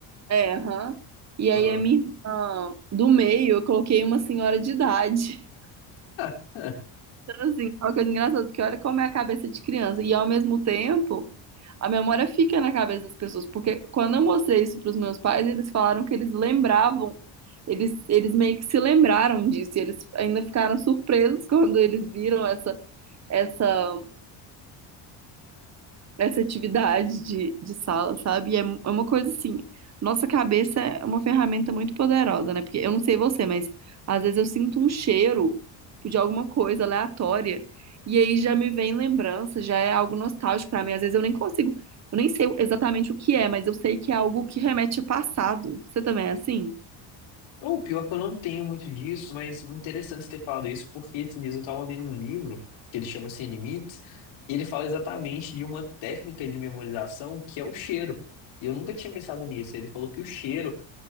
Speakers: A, on the right; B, on the left.
A: É, aham. E
B: Ah.
A: aí a minha irmã do meio, eu coloquei uma senhora de idade. <laughs>
B: <laughs>
A: Então, assim, é uma coisa engraçada, porque olha como é a cabeça de criança. E ao mesmo tempo, a memória fica na cabeça das pessoas. Porque quando eu mostrei isso para os meus pais, eles falaram que eles lembravam. Eles, eles meio que se lembraram disso. E eles ainda ficaram surpresos <laughs> quando eles viram essa, essa essa atividade de, de sala, sabe? E é, é uma coisa assim, nossa cabeça é uma ferramenta muito poderosa, né? Porque eu não sei você, mas às vezes eu sinto um cheiro de alguma coisa aleatória e aí já me vem lembrança, já é algo nostálgico pra mim. Às vezes eu nem consigo, eu nem sei exatamente o que é, mas eu sei que é algo que remete ao passado. Você também é assim?
B: o pior que eu não tenho muito disso, mas interessante você ter falado isso, porque esses dias eu tava lendo um livro que ele chama Sem Limites, e ele fala exatamente de uma técnica de memorização que é o cheiro. E eu nunca tinha pensado nisso. Ele falou que o cheiro